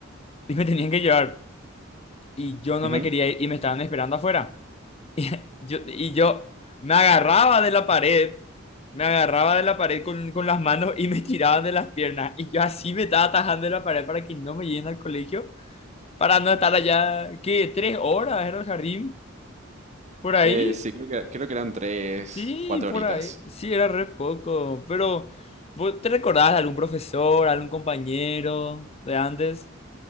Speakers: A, on the left; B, on the right.
A: y me tenían que llevar y yo no
B: Ujú.
A: me quería ir y me estaban esperando afuera. Yo, y yo me agarraba de la pared me agarraba de la pared con, con las manos y me tiraban de las piernas. Y yo así me estaba atajando de la pared para que no me lleguen al colegio, para no estar allá, ¿qué? ¿Tres horas era el jardín? ¿Por ahí?
B: Eh, sí, creo que, creo que eran tres,
A: Sí,
B: cuatro
A: por
B: horitas.
A: ahí. Sí, era re poco. Pero, ¿vos ¿te recordás de algún profesor, algún compañero de antes?